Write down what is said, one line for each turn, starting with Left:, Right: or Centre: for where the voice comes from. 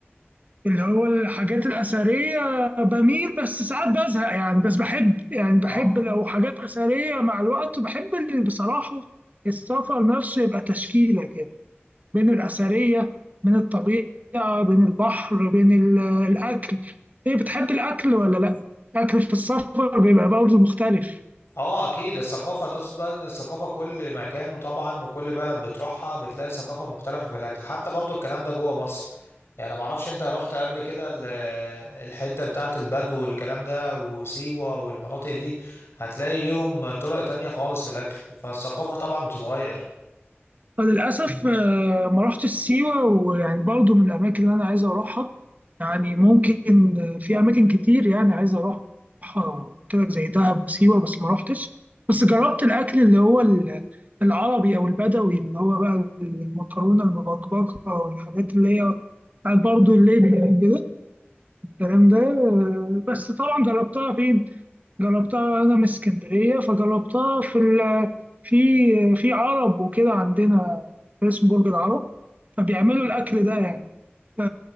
Right: اللي هو الحاجات الأثرية بميل بس ساعات بزهق يعني بس بحب يعني بحب
Left: اه
Right: لو حاجات أثرية مع الوقت بحب اللي بصراحة السفر نفسه يبقى تشكيلة كده بين الأثرية بين الطبيعة بين البحر بين ال- <hesitation> الأكل إيه بتحب الأكل ولا لأ؟ الأكل في السفر بيبقى برضه مختلف
Left: اه اكيد الثقافه تقصد بقى ان الثقافه كل مكان وطبعا وكل بلد بتروحها بتلاقي ثقافه مختلفه في الاكل حتى برضو الكلام ده جوه مصر يعني ما اعرفش انت رحت قبل كده ال- الحته بتاعه البدو والكلام ده وسيوه والمناطق دي هتلاقي ليهم طرق تانية خالص في الاكل فالثقافه طبعا بتتغير
Right: فللأسف آه، ما رحتش سيوة ويعني برضو من الأماكن اللي أنا عايز أروحها يعني ممكن آه، في أماكن كتير يعني عايز أروحها قلت لك زي دهب وسيوة بس ما رحتش بس جربت الأكل اللي هو ال- العربي أو البدوي اللي هو بقى المكرونة المبكبكة والحاجات اللي هي بتاعت برضو الليبي كده الكلام ده آه، بس طبعا جربتها فين جربتها انا من اسكندريه فجربتها في ال... في في عرب وكده عندنا اسمه برج العرب فبيعملوا الاكل ده يعني ف-